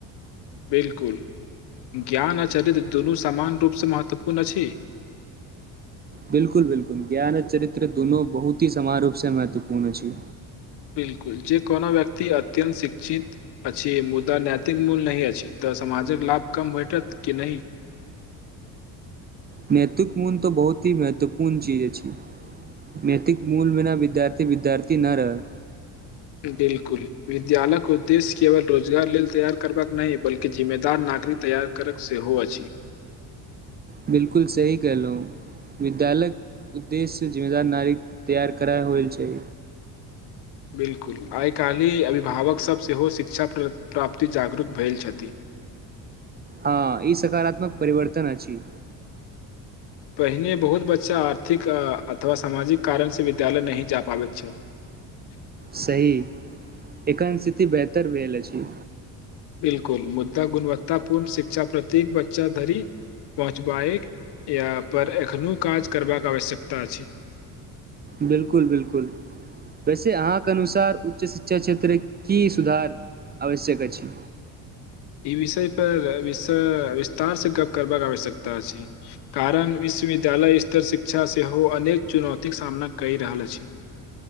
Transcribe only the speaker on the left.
बिल्कुल ज्ञान आ चरित्र दुनू सामान्य रूपसे महत्वपूर्ण अछि
बिल्कुल जे कोनो व्यक्ति अत्यन्त शिक्षित अछि मुदा नैतिक मूल्य नहि अछि तऽ ऽ समाजक लाभ कम भेटत कि नहि
बिल्कुल विद्यालय क उद्देेश्य केवल रोजगार लेल तैयार करबाक नहि बल्कि जिम्मेदार नागरि तैयार करक सेहो अछि
<inaudible> बिल्कुल आइ काल्हि अभिभावकसब सेहो शिक्षा प्राप्ति जागरूक भेल छथि <inaudible>
पहिने बहुत बच्चा आर्थिक अथवा सामाजिक कारणसे विद्यालय नहि जा पाबैत छल
बिल्कुल मुद्दा गुणवत्तापूर्ण शिक्षा प्रत्येक बच्चा धरी पहुँचबाय या पर एखनो काज करबाक आवश्यकता अछि
ई विषय पर विस विस्तार से गप करबाक आवश्यकता अछि कारण विश्वविद्यालय स्तर शिक्षा सेहो अनेक चुनौतीक सामना कै रहल अछि